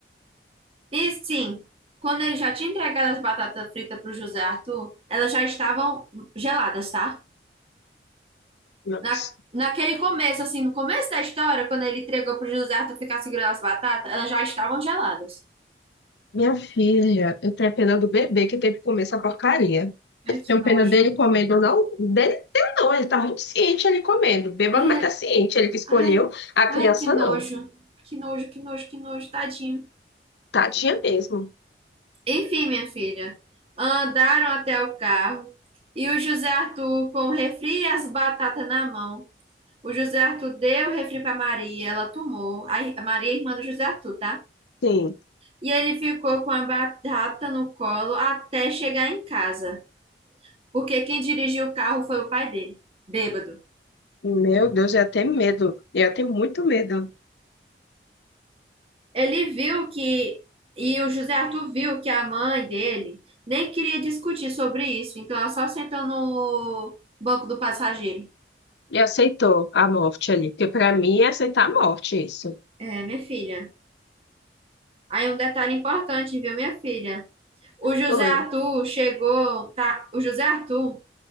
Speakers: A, on the right; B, on the left.
A: E sim, quando ele já tinha entregado as batatas fritas para o José Arthur, elas já estavam geladas, tá?
B: Nossa.
A: Na, naquele começo, assim, no começo da história, quando ele entregou para o José Arthur ficar segurando as batatas, elas já estavam geladas.
B: Minha filha, eu tenho pena do bebê que teve que comer essa porcaria.
A: Ai, que
B: Tenho
A: nojo.
B: pena dele comendo, não. Dele, dele não, ele tava muito ciente ele comendo. Beba,
A: É,
B: mas tá ciente, ele que escolheu.
A: ai,
B: A
A: ai,
B: criança
A: que nojo.
B: não.
A: Que nojo, que nojo, que nojo, tadinho.
B: Tadinha mesmo.
A: Enfim, minha filha, andaram até o carro e o José Arthur, com o refri e as batatas na mão, O José Arthur deu o refri para Maria, ela tomou. A ir- a Maria, é irmã do José Arthur, tá?
B: Sim.
A: E ele ficou com a batata no colo até chegar em casa, porque quem dirigiu o carro foi o pai dele, bêbado.
B: Meu Deus, eu ia ter medo. Eu ia ter muito medo.
A: Ele viu que, e o José Arthur viu que a mãe dele nem queria discutir sobre isso, então ela só sentou no banco do passageiro.
B: E aceitou a morte ali, porque pra mim é aceitar a morte isso.
A: É, minha filha. Aí um detalhe importante, viu, minha filha? O José
B: Foi.
A: Arthur chegou, tá? O José Arthur